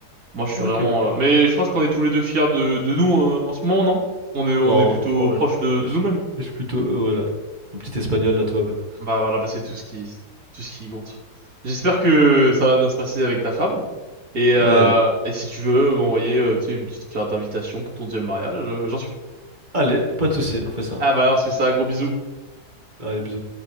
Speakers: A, on the right; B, on the right.
A: Moi, je suis
B: Ok,
A: vraiment.
B: ok.
A: euh, mais je pense qu'on est tous les deux fiers de, de nous euh, en ce moment, non? On est, on
B: Non,
A: est plutôt
B: franchement, là,
A: proche
B: je,
A: de, de
B: je-
A: nous-mêmes.
B: je suis plutôt heureux, là. Mon petit espagnol, là, tout va bien.
A: Bah voilà, bah c'est tout ce qui, tout ce qui compte. J'espère que ça va bien se passer avec ta femme. Et,
B: Ouais,
A: euh, et si tu veux m'envoyer euh, tu sais, une petite carte d'invitation pour ton deuxième mariage, euh, j'en suis.
B: allez, pas de soucis, on fait ça.
A: Ah bah alors c'est ça, gros bisous.
B: Allez, bisous.